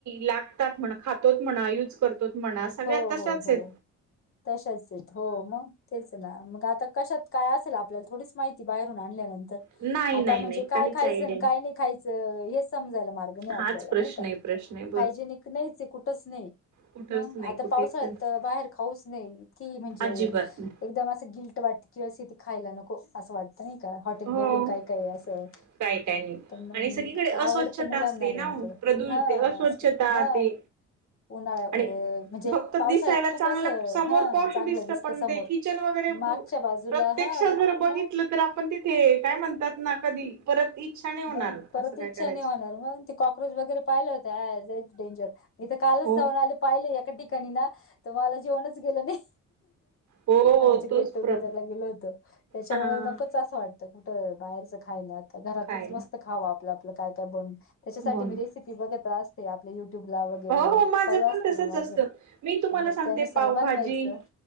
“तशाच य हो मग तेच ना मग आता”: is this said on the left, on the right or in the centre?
Left